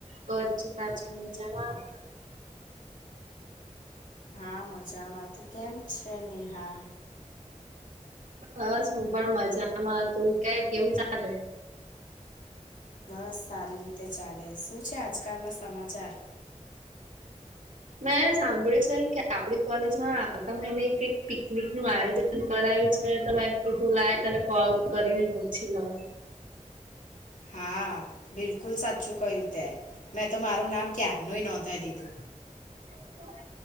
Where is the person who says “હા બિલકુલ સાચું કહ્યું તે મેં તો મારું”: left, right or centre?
Left